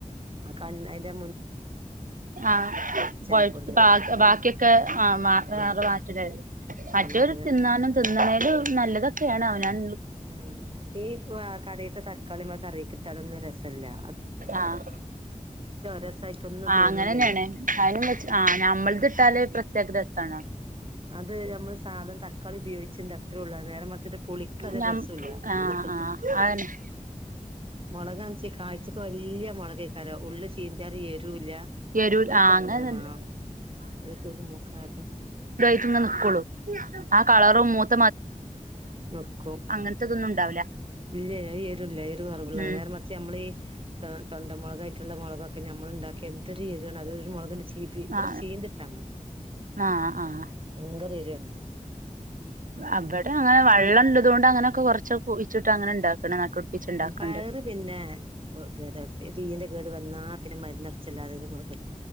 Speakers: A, on the right; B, on the right.
A: ആ കണ് അന്റെ
B: ആ കൊഴ
A: ആയിക്കൊണ്ട്
B: ബാ ബാക്കിയൊക്കെ
A: ആഹ്
B: ആ <unintelligible>
A: ആഹ്
B: മറ്റോരു
A: നിറം മാറ്റുന്ന
B: തിന്നാനും തിന്നണേല് നല്ലതൊ ഒക്കെയണ ഞൻ
A: ഉം ഈ കടയിത്ത ത കളിമക്ക കറിയി കിട്ടാതൊന്നും രസമില്ലല്ല
B: ആഹ
A: രസായിട്ടോ ഒന്നും
B: ആ
A: തോന്നില്ലല്ലോ
B: അങ്ങനെ തന്നെയാണ് അതിനന് വെ ആ നമ്മൾ അതിലിട്ടല് പ്രത്യേക രസമാണ്
A: അത് നമ്മള് സാധനം തക്കാളി ഉപയോഗിച്ചിണ്ട അത്രള്ള നേരെ മറച്ചട്ട് പുളിക്കത്
B: ഞം
A: രസല്ല
B: ആഹ്
A: ഒന്ന കിട്ട
B: ആഹ് അതന്നെ
A: മുളകാന്ന് വച്ച കാഴ്ചക്ക് വല്ിയ മുളക കര ഉള്ളള് ചീന്തിത് എരുവല്ല
B: എരു
A: ഒരു
B: ആഹ്
A: തൊണ്ടന
B: അങ്ങനെ തന്നെ
A: ആ ഒരു കരു മൂക്കാത്ത
B: നിക്കുള്ളു ആ കളറു മൊത്ത
A: നക്കോ
B: അങ്ങനത്തെതൊന്നും ഉണ്ടാവില്ല
A: ഇല്ല അഅ് എരുല്ല എരു കുറവുള്ള
B: ഉം
A: നേര മർച്ച് നമ്മളീഈ താ തൊണ്ടമുളകായിട്ടുള്ള മുളകൊക്കെ നമ്മൾ ഉണ്ടാക്കി എന്തൊരു എരിവണ് അതൊരു മുളക് തീ പി
B: ആ
A: ചീന്തിട്ടാ മതി
B: ആഹ് ആഹ്
A: <unintelligible> ത്
B: അവിടെ അങ്ങനെ വള്ളം ഉള്ളതുകൊണ്ട് അങ്ങനെയൊക്കെ കൊറച്ച കുഴിച്ചിട്ട് അങ്ങനെ <unintelligible> ഉണ്ടാക്കണ്ട്
A: ഉം പയറ് പിന്നെ <unintelligible> ബീന്റെ കേട് വന്നാ പിന്നെ മാറുന്നടിച്ചല്ലാതെ കു